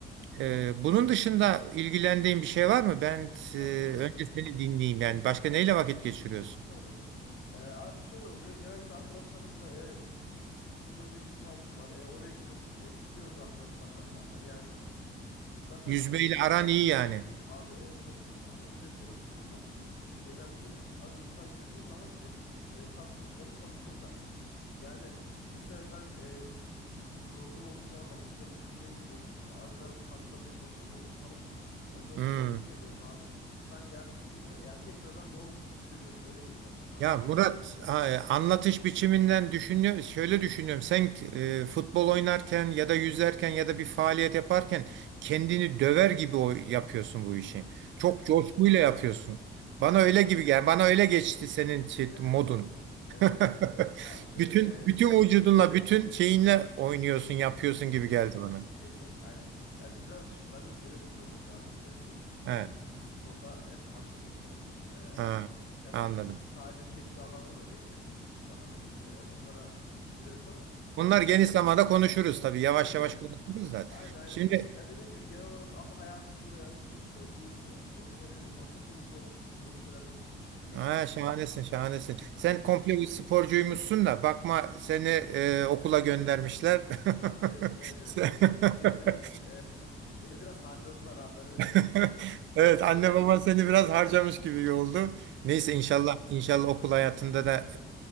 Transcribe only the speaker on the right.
Ee, bunun dışında ilgilendiğin bir şey var mı? Ben e,
önce seni dinleyeyim yani. Başka neyle vakit geçiriyorsun?
Yüzmeyle
aran iyi yani.
Hmm.
Ya
Murat a- anlatış biçiminden düşünüyor, şöyle düşünüyorum. Sen e, futbol oynarken ya da yüzerken ya da bir faaliyet yaparken kendini döver gibi o, yapıyorsun bu işi.
Çok coşkuyla yapıyorsun. Bana
öyle gibi gel. bana öyle geçti senin şey-
modun.
<laughs>
Bütün bütün
vücudunla, bütün şeyinle oynuyorsun, yapıyorsun
gibi geldi bana.
He,
ha,
anladım.
Bunlar
geniş zamanda konuşuruz tabii. Yavaş
yavaş
konuşuruz da.
Şimdi
Ha,
şahanesin, şahanesin.
Sen komple bir sporcuymuşsun da bakma seni e, okula göndermişler.
<laughs>
Sen-
<laughs>
<laughs>
Evet
anne baban
seni biraz harcamış gibi oldu. Neyse
inşallah inşallah okul hayatında da